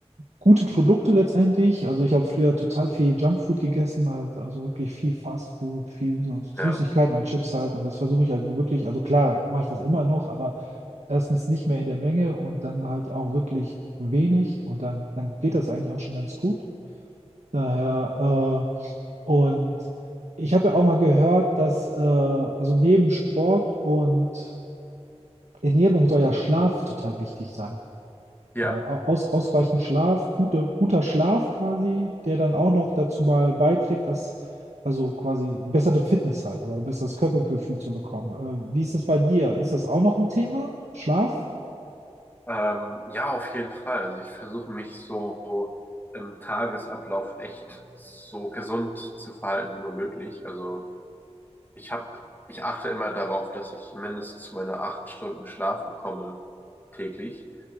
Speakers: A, on the right (about 80°); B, on the left (about 15°).
A: gute Produkte letztendlich. Also ich habe früher total viel Junkfood gegessen, halt, also wirklich viel Fastfood, viel so Süßigkeiten
B: Ja,
A: und Chips halt. Und das versuche ich halt wirklich, also klar, mache ich das immer noch, aber erstens nicht mehr in der Menge und dann halt auch wirklich wenig. Und dann, dann geht das eigentlich auch schon ganz gut. Daher, äh, und ich habe ja auch mal gehört, dass, äh, also neben Sport und Ernährung soll ja Schlaf total wichtig sein.
B: ja,
A: Äh, au- aus, ausreichend Schlaf, gute, guter Schlaf quasi, der dann auch noch dazu mal beiträgt, dass also quasi bessere Fitness halt oder besseres Körpergefühl zu bekommen. Äh, wie ist das bei dir? Ist das auch noch ein Thema? Schlaf?
B: ähm, ja, auf jeden Fall. Also ich versuche mich so im Tagesablauf echt so gesund zu verhalten wie nur möglich. Also Ich habe ich achte immer darauf, dass ich mindestens meine acht Stunden Schlaf bekomme täglich.